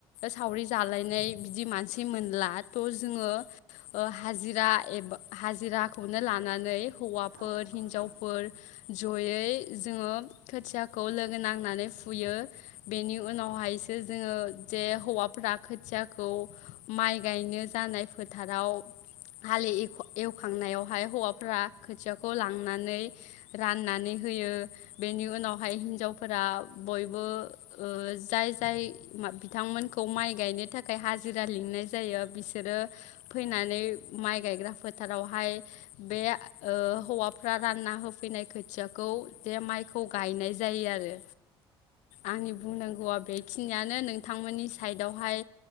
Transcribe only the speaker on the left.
सावरि जालायनाय बिदि मानसि मोनला थ' जोङो हाजिरा एबा हाजिराखौनो लानानै हौवाफोर
हिनजावफोर
जयै जोङो खोथियाखौ लोगो नांनानै फुयो। बेनि उनावहायसो जोङो जे हौवाफोरा खोथियाखौ माइ गायनो जानाय फोथाराव हाल एवखांनायावहाय हौवाफ्रा खोथियाखौ लांनानै राननानै होयो बेनि उनावहाय हिनजावफोरा बयबो जाय जाय बिथांमोनखौ माइ गायनो थाखाय ओ हाजिरा लिंनाय जायो बिसोरो फैनानै माइ गायग्रा फोथारावहाय बे हौवाफ्रा रानना होफैनाय खोथियाखौ बेे माइखौ गायनाय जायो आरो आंनि बुंनांगौआ बेखिनियानो नोंथांमोननि साइडआवहाय